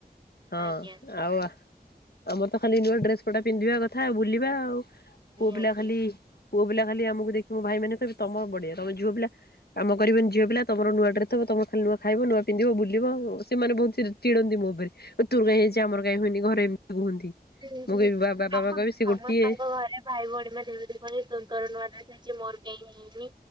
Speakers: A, on the left (about 85°); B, on the right (about 30°).
A: ହଁ
B: ଆଜ୍ଞା
A: ଆଉ ଆମର ତ ଖାଲି ନୂଆ ଡ୍ରେସ୍ ପଟା ପିନ୍ଧିବା କଥା ଆଉ ବୁଲିବା ଆଉ। ପୁଅ
B: ନିହାତି।
A: ପିଲା ଖାଲି ପୁଅ ପିଲା ଖାଲି ଆମକୁ ଦେଖି ମୋ ଭାଇ ମାନେ କହିବେ ତୋମର ବଢିଆ। ତୋମେ ଝିଅ ପିଲା କାମ କରିବନି ଝିଅ ପିଲା ତୋମର ନୂଆ ଡ୍ରେସ୍ ହବ, ତୋମ ଖାଲି ନୂଆ ଖାଇବ ନୂଆ ପିନ୍ଧିବ। ବୁଲ ବୁଲିବ ଆଉ, ସେମାନେ ବହୁତ ଚିର୍ ଚିଡନ୍ତି ମୋ ଉପରେ। ଓ ତୋର କାଇଁ ହେଇଚି ଆମର କାଇଁ ହୋଇନି ଘରେ ଏମିତି କୁହନ୍ତି।
B: ହୁଁ,
A: ମୁଁ
B: ହୁଁ
A: କହିବି ବାବା
B: ସମସ୍ତେ
A: ମାମା କହିବେ ସେ
B: ସମସ୍ତଙ୍କ
A: ଗୋଟିଏ
B: ଘରେ ଭାଇ ଭଉଣୀମାନେ ଏମିତି ହିଁ କହିବେ ତୋର କଣ ନୂଆ ଡ୍ରେସ୍ ହେଇଛି ମୋର କାଇଁ ହେଇନି।